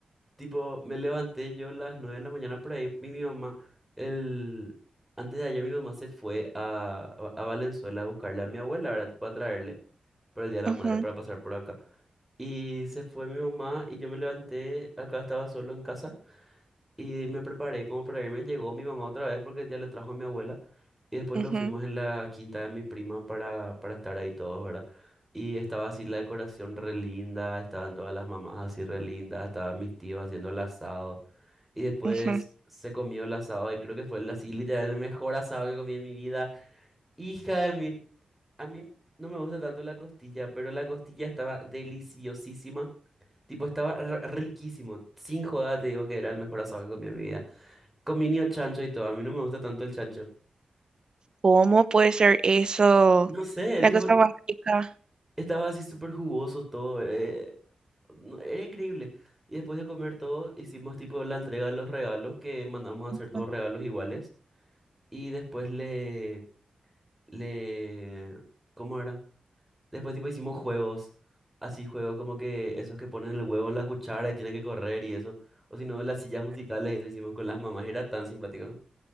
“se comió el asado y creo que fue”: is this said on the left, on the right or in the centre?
Centre